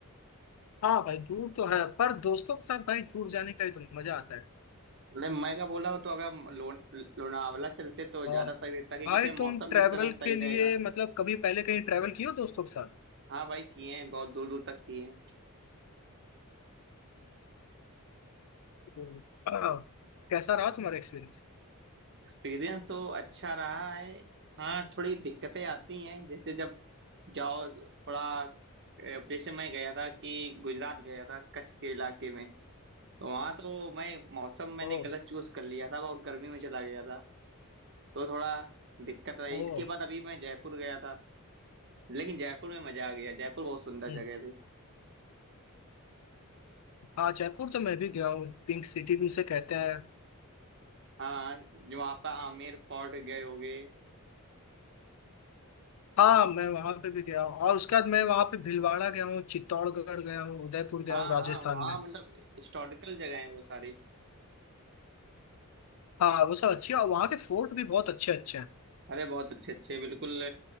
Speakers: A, on the left (about 70°); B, on the right (about 55°).
A: हाँ भाई दूर तो है पर दोस्तों के साथ भाई दूर जाने का ही तो मजा आता है
B: मतलब मैं क्या बोला हूँ तो अगर हम लो, लोनावाला चलते तो ज्यादा
A: और
B: सही रहता क्योंकि
A: भाई
B: उसमें मौसम
A: तुम ट्रैवल
B: भी इस समय सही
A: के लिए
B: रहेगा
A: मतलब कभी पहले कहीं ट्रैवल किए हो दोस्तों के साथ
B: हाँ भाई किए हैं बहुत दूर दूर तक किए हैं
A: हम्म, आ, कैसा रहा तुम्हारा एक्सपीरियंस
B: एक्सपीरियंस तो अच्छा रहा है हाँ थोड़ी दिक्कतें आती हैं जैसे जब जाओ थोड़ा अ, जैसे मैं गया था कि गुजरात गया था कच्छ के इलाके में तो वहाँ तो मैं मौसम मैंने
A: ओ
B: गलत चूज कर लिया था बहुत गर्मी में चला गया था तो थोड़ा दिक्कत रही
A: ओ
B: इसके बाद अभी मैं जयपुर गया था लेकिन जयपुर में मजा आ गया जयपुर बहुत सुंदर
A: हम्म,
B: जगह थी
A: हाँ जयपुर तो मैं भी गया हूँ पिंक सिटी भी उसे कहते हैं
B: हाँ जो वहाँ पर आमेर फोर्ट गए होगे
A: हाँ मैं वहां पे भी गया हूँ और उसके बाद मैं वहां पे भीलवाड़ा गया हूँ चित्तौड़गढ़ गया हूँ उदयपुर गया
B: हाँ
A: हूँ राजस्थान
B: हाँ वहाँ
A: में
B: मतलब हिस्टोरिकल जगह है वो सारी
A: हाँ वो सब अच्छी है और वहाँ के फोर्ट भी बहुत अच्छे अच्छे हैं
B: अरे बहुत अच्छे अच्छे बिल्कुल